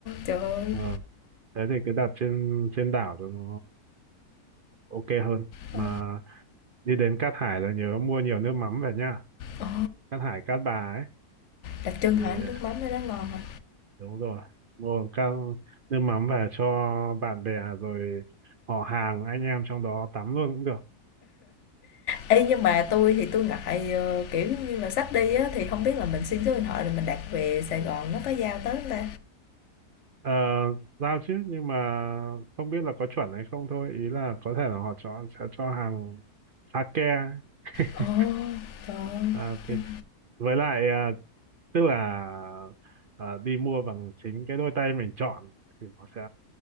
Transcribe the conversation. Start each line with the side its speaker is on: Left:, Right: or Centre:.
Left: trời ơi!
Right: Ờ, thế thì cứ đặt trên trên đảo cho nó ok hơn
Left: Ờ.
Right: mà đi đến Cát Hải là nhớ mua nhiều nước mắm về nha
Left: Ồ,
Right: Cát Hải Cát Bà ấy
Left: đặc trưng
Right: thì
Left: hả? Nước mắm ở đó ngon hả?
Right: đúng rồi mua các nước mắm về cho bạn bè rồi họ hàng anh em trong đó tắm luôn cũng được
Left: Ê, nhưng mà tôi thì tôi ngại, ờ, kiểu, giống như là, sắp đi á, thì không biết là mình xin số điện thoại là mình đặt về Sài Gòn nó có giao tới không ta?
Right: ờ, giao chứ nhưng mà không biết là có chuẩn hay không thôi ý là có thể là họ cho sẽ cho hàng sake <laughs>
Left: Ồ, trời ơi!
Right: à, thì,
Left: Ưm,
Right: với lại à, tức là à, đi mua bằng chính cái đôi tay mình chọn thì nó sẽ